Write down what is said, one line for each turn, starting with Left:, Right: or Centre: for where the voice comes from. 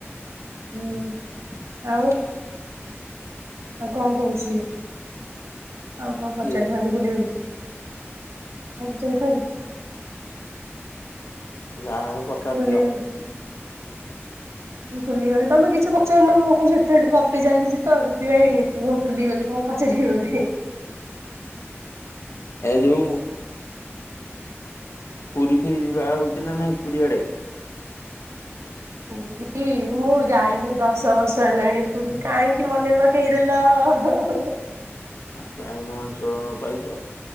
Right: ହୁଁ ଆଉ। ଆଉ କଣ କହୁଛି ଆଉ କଣ
Left: କିଏ
Right: ପଚାରିଥା ଭୁଲିଗଲି କଣ ପଚାରିଥାନ୍ତି।
Left: ଯାହାରେ ପଚାରିଦିଅ।
Right: ଭୁଲିଗଲି। ଭୁଲିଗଲି ତମେ କିଛି ପଚାରିନ ମୁଁ କ ସେତେଠୁ କପି ଚାଲିଛି ତ ସେଥିପାଇଁ ମୁଁଭୁଲିଗଲି କଣ ପଚାରିକ ବୋଲି।
Left: ଏ ଯେଉ। ପୁରୀ ଫିରି ଯିବା ହେଉଛି ନା ନାହିଁ ପୁରୀଆଡ଼େ।
Right: ପୁରୀ ମୁଁ ଯାଇନି ଦଶ ବର୍ଷ ହେଲାଣି ପୁରୀ କାହିଁକି ମନେ ପକେଇଦେଲ ହଁ
Left: କାହିଁ ମଣିଷ ଜନମ ପାଇଛ?